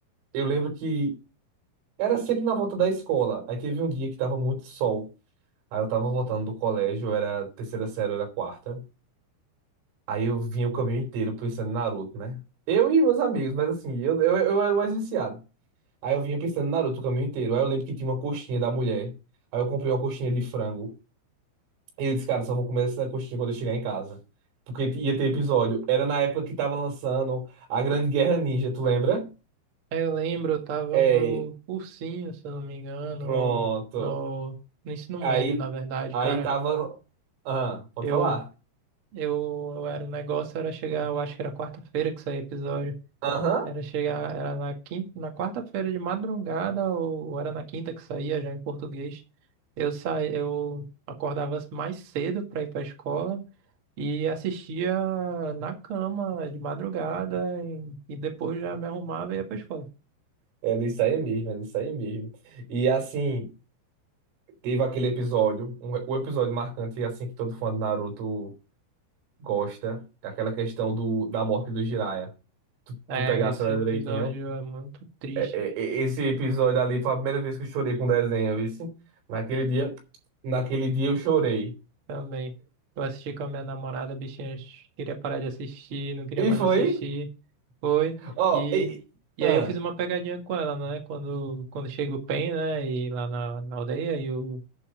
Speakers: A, on the right (about 80°); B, on the right (about 55°).
A: eu lembro que era sempre na volta da escola. Aí teve um dia que tava muito sol. Aí eu tava voltando do colégio, era terceira série, era quarta. Aí eu vinha o caminho inteiro pensando em Naruto, né? Eu e meus amigos, mas assim, eu, eu, eu era o mais viciado. Aí eu vinha pensando em Naruto o caminho inteiro. Aí eu lembro que tinha uma coxinha da mulher. Aí eu comprei uma coxinha de frango. E eu disse, cara, só vou comer essa coxinha quando eu chegar em casa. Porque ia ter episódio. Era na época que tava lançando a Grande Guerra Ninja, tu lembra?
B: Aí Eu lembro, eu tava
A: É,
B: no cursinho, se eu não me engano,
A: pronto.
B: ou no, no ensino
A: Aí,
B: médio, na verdade,
A: aí
B: cara.
A: tava. Aham, pode
B: Eu,
A: falar?
B: eu, eu era, o negócio era chegar, eu acho que era quarta-feira que saía episódio.
A: Aham.
B: Era chegar, era na quinta, na quarta-feira de madrugada, ou era na quinta que saía já em português. Eu saí eu acordava mais cedo para ir para a escola e assistia na cama de madrugada e, e depois já me arrumava e ia para a escola.
A: Era isso aí mesmo, era isso aí mesmo. E assim. Teve aquele episódio, um- o episódio marcante, assim, que todo fã do Naruto gosta, é aquela questão do, da morte do Jiraiya. Tu,
B: É,
A: tu pegasse
B: esse
A: ela
B: episódio
A: direitinho.
B: é muito triste.
A: É, é, é, esse episódio ali foi a primeira vez que eu chorei com desenho, vice. Naquele dia, naquele dia eu chorei.
B: Também. Eu assisti com a minha namorada, a bichinha queria parar de assistir, não queria
A: E
B: mais
A: foi?
B: assistir. Foi.
A: Ó,
B: E,
A: e- e-
B: e
A: ah,
B: aí eu fiz uma pegadinha com ela, né? Quando, quando chega o Pen, né? E lá na, na aldeia e o,